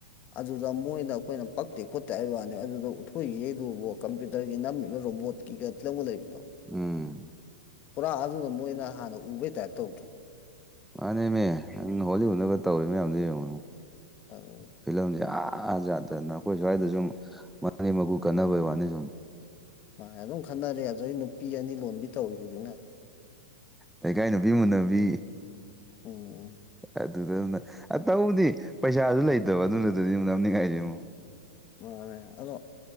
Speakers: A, on the left; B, in the centre.
A: ꯑꯗꯨꯗ ꯃꯣꯏꯅ ꯑꯩꯈꯣꯏꯅ ꯄꯛꯇꯦ ꯈꯣꯠꯇꯦ ꯍꯥꯏꯕ ꯋꯥꯅꯤ ꯑꯗꯨꯗ ꯍꯈꯣꯏꯒꯤ ꯌꯗꯨꯕꯨ ꯀꯝꯄ꯭ꯌꯨꯇꯔꯒꯤ ꯅꯝꯃꯤꯕ ꯔꯣꯕꯣꯠꯀꯤꯒ ꯐꯤꯂꯝꯒ ꯂꯩꯕꯗꯣ
B: ꯎꯝ
A: ꯄꯨꯔꯥ ꯑꯗꯨꯅ ꯃꯣꯏꯅ ꯍꯥꯟꯅ ꯎꯕꯩ ꯇꯥꯏꯞ ꯇꯧꯗ꯭ꯔꯣ
B: ꯃꯥꯅꯦꯃꯤ ꯅꯪ ꯍꯣꯂꯤ ꯋꯨꯠꯅꯒ ꯇꯧꯔꯤ ꯃꯌꯥꯝꯗꯨ ꯌꯦꯡꯉꯨ꯫
A: ꯑꯗꯨꯅꯤ
B: ꯐꯤꯂꯝꯁꯦ ꯑꯥ ꯑꯖꯥꯠꯇ ꯑꯩꯈꯣꯏ ꯁ꯭ꯋꯥꯏꯗ ꯁꯨꯝ ꯃ ꯃꯀꯨ ꯀꯟꯅꯕꯩ ꯋꯥꯅꯤ ꯁꯨꯝ
A: ꯃꯥꯅꯦ ꯑꯗꯨꯝ ꯈꯟꯅꯔꯦ ꯑꯗꯨꯗꯩ ꯅꯨꯄꯤ ꯑꯅꯤ ꯂꯣꯟꯕꯤ ꯇꯧꯔꯤ ꯍꯧꯖꯤꯛꯅ꯫
B: ꯂꯩꯀꯥꯏ ꯅꯨꯄꯤ ꯃꯨꯟꯅꯕꯤ꯫
A: ꯎꯝ
B: ꯑꯗꯨꯗ ꯇꯧꯕꯗꯤ ꯄꯩꯁꯥꯁꯨ ꯂꯩꯇꯕ ꯑꯗꯨꯗꯨꯗꯗꯤ ꯅꯝꯅꯤꯡꯉꯥꯏꯁꯦꯡꯉꯣ꯫
A: ꯃꯥꯅꯦ ꯑꯗꯣ